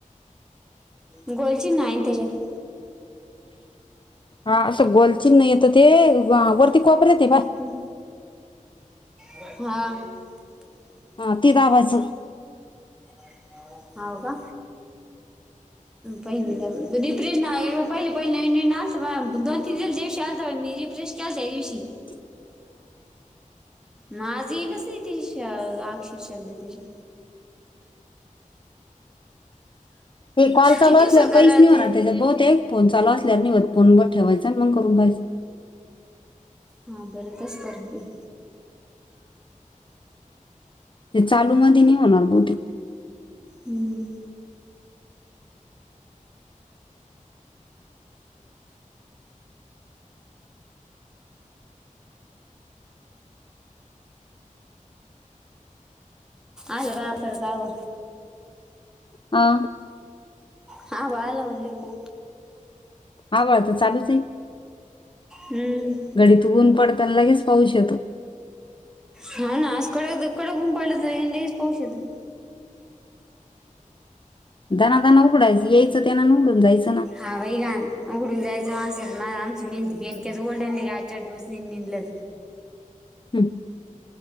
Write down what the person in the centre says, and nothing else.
गोल चिन्ह हे त्याच्यात
हुम. हा. <unintelligible> घेऊन ये.
हा बाबा. बहिणीला पण डीप्रेज नाय पहिली पहिले नवीन नवीन असं ना, दोन तीन दिवस शांत नि <unintelligible>
माझी येईलच ते की <inaudible> अक्षर शब्द त्याच्यात.
किती दिवसाला
करा
ते
हा बरं त सर्दी.
हुम. आलं रात्र जाऊ.
हा बाळाला म्हणलेली.
हुंम
हा ना आज कडक तर कडक ऊन पडलं जाईल लगेच पाऊस येतो.
हा बै गाण उघडून जायचं माणस आमची मेंती बेंक्याचं ओल्डंली गाज चार दिवस निलं.